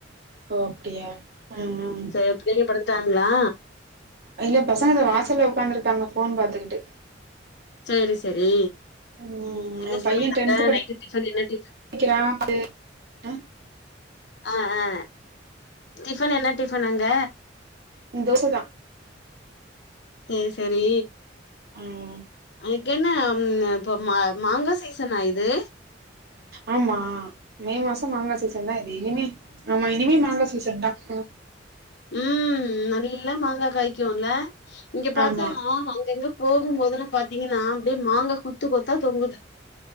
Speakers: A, on the right (about 60°); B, on the left (about 65°).
A: ஓ அப்டியா அ அ
B: சேர் பிள்ளைகளியு படுத்துட்டங்களா
A: அதிலியு பசங்க இதோ வாசல்ல உக்காந்துருக்காங்க ஃபோன் பாத்துக்கிட்டு
B: சேரி சேரி
A: ம்
B: என்ன
A: எ
B: சமையல்
A: பைய
B: அங்க
A: டென்த்
B: நைட்டு டிஃபன் என்ன டிஃப்
A: படிக்கிறா அது ஆ
B: ஆ ஆ டிஃபன் என்ன டிஃபன் அங்க
A: தோச தா
B: சேர் சேரி
A: ம்
B: அதுக் என்ன ம் இப்போ மா மாங்கா சைசனா இது
A: ஆம்மா மே மாசோ மாங்கா சீசன் தா இது இனிமே ஆமா இனிமே மாங்கா சீசன் தா ஒ
B: உம் நல்லா மாங்கா காய்க்கு இல்ல இங்க பாத்த
A: ஆமா
B: அங்கங்க போகும்போதெல்லா பாத்தீங்கன்னா அப்டியே மாங்கா குத்து கொத்தா தொங்குது